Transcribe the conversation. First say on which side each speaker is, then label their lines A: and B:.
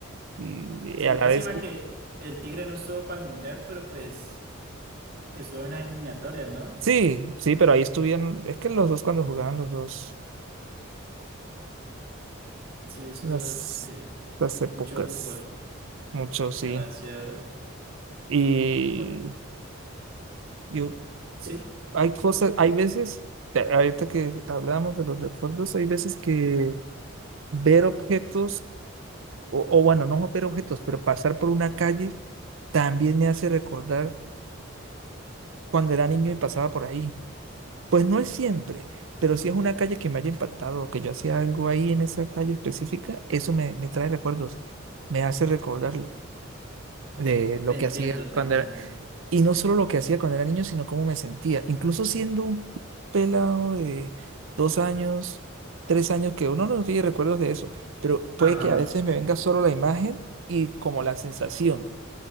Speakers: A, on the right; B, on the right.
A: Y,
B: Sí,
A: y a la
B: lástima
A: vez,
B: que el Tigre no estuvo para el Mundial, pero pues estuvo en las eliminatorias, ¿no?
A: sí, sí, pero ahí estuvieron, es que los dos cuando jugaban los dos,
B: Sí, eso
A: las,
B: es eh,
A: las épocas,
B: mucho fútbol,
A: mucho, sí.
B: demasiado.
A: y
B: o-
A: Yo,
B: sí,
A: hay cosas, hay veces, te- ahorita que hablábamos de los recuerdos, hay veces que ver objetos, o, o bueno, no ver objetos, pero pasar por una calle también me hace recordar cuando era niño y pasaba por ahí. Pues no es siempre, pero si es una calle que me haya impactado o que yo hacía algo ahí en esa calle específica, eso me, me trae recuerdos, me hace recordarlo de lo
B: te entiendo,
A: que hacía
B: te
A: cuando
B: entiendo.
A: era, Y no solo lo que hacía cuando era niño, sino cómo me sentía. Incluso siendo un pelado de dos años, tres años, que uno no tiene recuerdos de eso, pero puede
B: Ajá.
A: que a veces me venga solo la imagen y como la sensación.